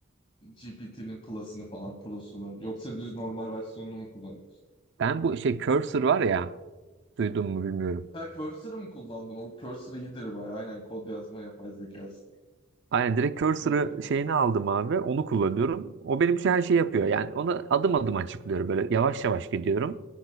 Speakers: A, on the left; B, on the right.
A: GPT'nin Plus'ını falan Pro'sunu yoksa düz normal versiyonunu mu kullanıyorsun?
B: Ben bu şey cursor var ya. Duydun mu bilmiyorum.
A: Ha Cursor'ı mı kullandın? O Cursor iyidir bayağı. Aynen kod yazma yapay zekası.
B: Aynen direkt cursor'ı
A: Evet.
B: şeyini aldım abi. Onu kullanıyorum. O benim için her şeyi yapıyor. Yani ona adım adım açıklıyorum. Böyle yavaş yavaş gidiyorum.